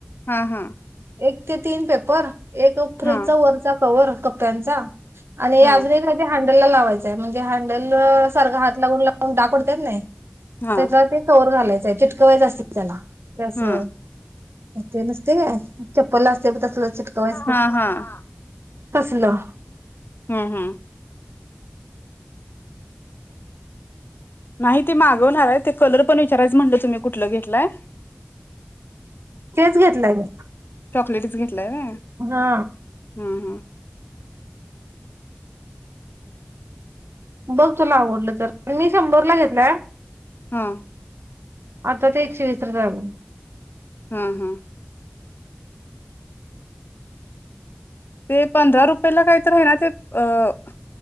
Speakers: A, on the left; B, on the right.
A: हा हा.
B: एक ते तीन पेपर. एक फ्रीजचा
A: हा
B: वरचा कवर. कप्प्यांचा. आणि
A: हा
B: अजून एक हाय ते हॅंडलला लावायचंय. म्हणजे हँडलला सारखं हात लावून लावून डाग पडतात नाय.
A: हा
B: त्याच्यात ते कवर घालायचंय. चिटकवायचं असतय की त्याला ते असं
A: हा
B: ते नसतंय काय. चप्पल असते बग ते चिटकवायचं
A: हा
B: ते
A: हा
B: तसलं.
A: हम् हम्. नाही ते मागवणार आहे. ते कलर पण विचारायचं म्हटलं तुम्ही कुठलं घेतलाय.
B: तेच घेतलंय.
A: चॉकलेटीच घेतलाय व्हय.
B: हा.
A: हम्म हम्म.
B: बघ तुला आवडलं तर मी शंभरला घेतलाय.
A: हां.
B: आता ते एकशे विसला झालय.
A: हा हा. ते पंधरा रुपयाला काहीतरी आहे ना ते. अ